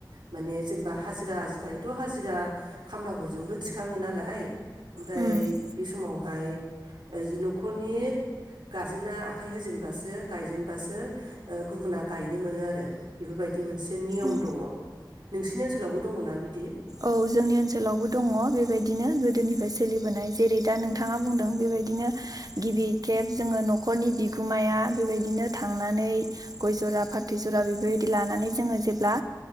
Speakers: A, on the right; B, on the right.
A: माने जेनेबा हाजिरा आजिखालिथ' हाजिरा खामलाफोरजोंबो थि थिखाङो नालाय ओमफ्राय
B: उम
A: बे समावहाय न'खरनि गारजेना आखाइ होजेनबासो गायजेनबासो गुबुना गायनो मोनो आरो बेफोरबायदि मोनसे नियम
B: औ
A: दङ नोंसिनि ओनसोलावबो दङना बिदि
B: औ जोंनि ओनसोलावबो दङ बेबायदिनो गोदोनिफ्राय सोलिबोनाय जेरै दा नोंथाङा बुंदों बेबायदिनो गिबि खेब जोङो न'खरनि बिगोमाया बेबायदिनो थांनानै गय जरा फाथै जरा बेबायदि लानानै जोङो जेब्ला